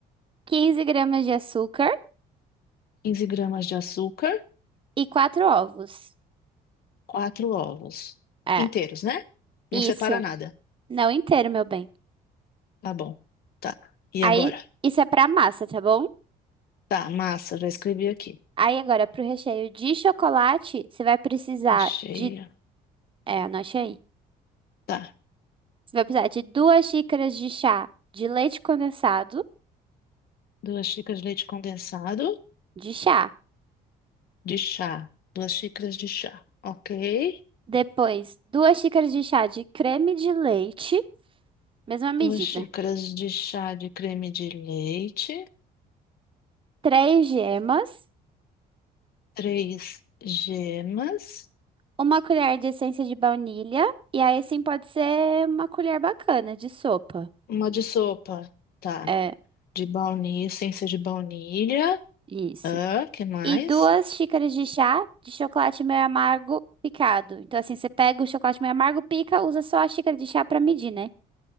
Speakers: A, on the right; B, on the left.
A: 15 gramas de açúcar
B: quinze gramas de açúcar.
A: e 4 ovos.
B: Quatro ovos
A: É,
B: inteiros, né?
A: isso.
B: Não separa nada.
A: Não inteiro, meu bem.
B: Tá bom. Tá. E
A: Aí
B: agora?
A: isso é pra massa, tá bom?
B: Tá, massa, já escrevi aqui.
A: Aí agora pro recheio de chocolate, você vai precisar
B: Recheia.
A: de, é, anote aí.
B: Tá.
A: Você vai precisar de duas xícaras de chá de leite condensado
B: Duas xícaras de leite condensado
A: de chá.
B: de chá. Duas xícaras de chá. Ok.
A: Depois, duas xícaras de chá de creme de leite, mesma medida.
B: Duas xícaras de chá de creme de leite.
A: Três gemas,
B: Três gemas.
A: uma colher de essência de baunilha, e aí sim pode ser uma colher bacana de sopa.
B: Uma de sopa. Tá.
A: É,
B: De baunilha, sem ser de baunilha.
A: isso.
B: Ah, que mais?
A: E duas xícaras de chá de chocolate meio amargo picado. Então, assim, você pega o chocolate meio amargo, pica, usa só a xícara de chá pra medir, né?